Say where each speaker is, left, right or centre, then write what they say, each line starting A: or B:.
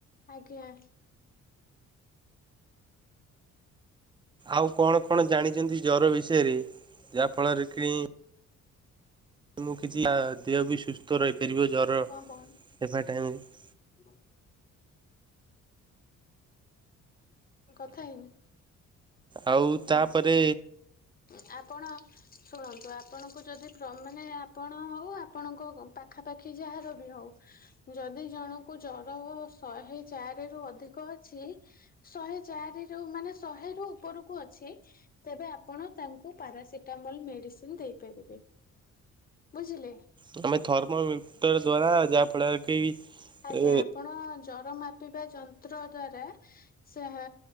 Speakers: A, on the left; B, on the right.
A: ଆଜ୍ଞା।
B: ଆଉ କ'ଣ କ'ଣ ଜାଣିଛନ୍ତି ଜର ବିଷୟରେ ଯାହା ଫଳରେ କି। ମୁଁ କିଛି ପା ଦେହ ବି ସୁସ୍ଥ ରହିପାରିବ ଜର।
A: କଣ କହୁନୁ।
B: ହେବା ଟାଇମରେ
A: <inaudible> ମୁଁ କଥା ହେଇନି।
B: ଆଉ
A: ହଁ
B: ତାପରେ
A: ଆପଣ। ଶୁଣନ୍ତୁ ଆପଣଙ୍କୁ ଯଦି କ୍ର ମାନେ ଆପଣ ହଉ ଆପଣଙ୍କ ପାଖାପାଖି ଯାହାର ବି ହଉ। ଯଦି ଜଣଙ୍କୁ ଜରହ ଶହେ ଚାରିରୁ ଅଧିକ ଅଛି। ଶହେ ଚାରିରୁ ମାନେ ଶହେରୁ ଉପରକୁ ଅ। ଅଛି ତେବେ ଆପଣ ତାଙ୍କୁ ପାରାସିଟାମଲ ମେଡିସିନି ଦେଇପାରିବେ। ବୁଝିଲେ।
B: ତମେ ଥର୍ମମିଟର ଦ୍ଵାରା ଯାହା ଫଳରେ କି।
A: ଆଜ୍ଞା
B: ଏ
A: ଆପଣ ଜର ମାପିବା ଯନ୍ତ୍ର ଦ୍ଵାରା। ସେହେ